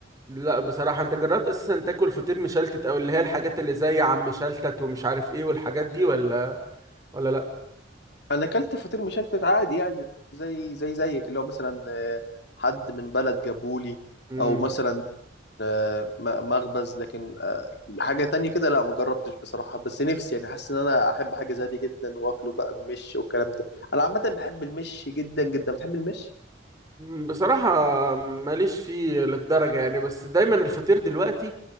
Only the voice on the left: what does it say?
انا اكلت فطير مشلتت عادي يعني زي زي زيك اللي هو مثلا آه، حد من بلد جابهولي
او مثلا آه، م- مخبز لكن آه، حاجة تانية كده لا ما جربتش بصراحة بس نفسي يعني حاسس ان انا احب حاجة زي دي جدا واكله بقى بمش والكلام ده انا عامة بحب المش جدا جدا بتحب المش